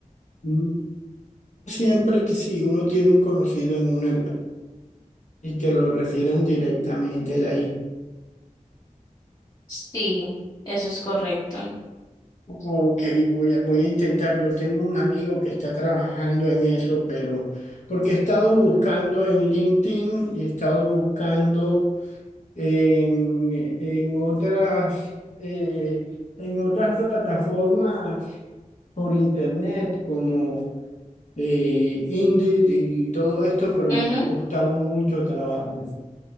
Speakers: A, on the left; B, on the left.
A: Mm. Siempre que si uno tiene un conocido en una y que lo refieran directamente de ahí.
B: Sí, eso es correcto.
A: Ok, voy a, voy a intentar. Yo tengo un amigo que está trabajando en eso, pero porque he estado buscando en LinkedIn y he estado buscando en, en otras, eh, en otras plataformas por internet como eh, Indeed y todo esto, pero
B: Ujú.
A: me ha costado mucho trabajo.